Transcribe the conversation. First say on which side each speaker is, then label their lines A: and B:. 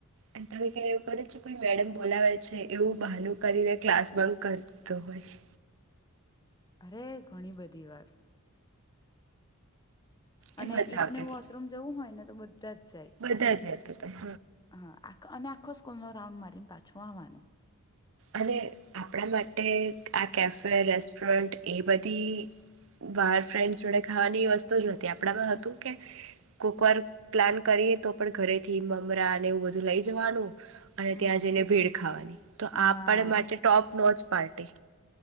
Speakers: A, on the right; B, on the left.
A: અને ત્યારે કયારે એવું કરે છે કોઈ મેડમ બોલાવે છે એવું બાનુ કરીને ક્લાસ બંક કરતો હોય
B: અરે ઘણી બધી વાર
A: એ
B: અને
A: મજા
B: એકને
A: આવતી
B: વોશરૂમ
A: હતી
B: જવું હોય ને તો બધાજ
A: બધા જ હતા
B: હા આ અને આખો સ્કૂલનો રાઉન્ડ મારીને પાછું આવવાનું
A: અને આપણા માટે આ કેફે રેસ્ટોરન્ટ એ બધી બહાર ફ્રેન્ડ્સ જોડે ખાવાની વસ્તુ જ નથી આપણામાં હતું કે કોઈક વાર પ્લાન કરીએ તો પણ ઘરેથી મમરા અને એવું બધું લઈ જવાનું અને
B: હમ
A: ત્યાં જઈને ભેડ ખાવાની તો
B: હા
A: આપ આપ માટે ટોપ નો પાર્ટી.